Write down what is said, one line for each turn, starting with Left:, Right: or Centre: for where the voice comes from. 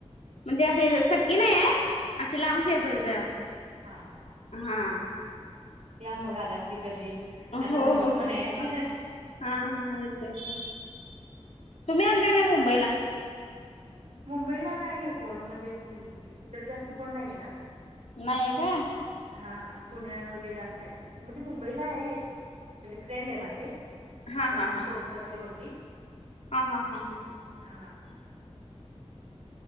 Left: म्हणजे असे सकी नाही आहे, असशी लांबचे
Right: अच्छा
Left: येत
Right: हा हा ह
Left: हा.
Right: या मग आलात की कधी.
Left: हो
Right: आता नंबर
Left: हो
Right: पण
Left: हो,
Right: आहे
Left: ह, हा हा ये‌ येतो येतो, तुम्ही आला की नाही मुंबईला?
Right: मुंबईला नाही येत कोण, म्हणजे तिकडे जास्त कोण नाहीयेना.
Left: नाहीय काय?
Right: हा पुण्या वगैरे असं आहे, म्हणजे मुंबईला आहे एक म्हणजे फ्रेंड आहे माझे. आता
Left: हा
Right: म्हणजे
Left: हा हा
Right: फोजमधली होती
Left: हा हा हा हा
Right: हा.